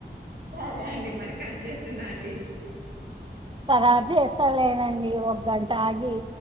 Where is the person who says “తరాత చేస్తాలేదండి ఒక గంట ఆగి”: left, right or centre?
Right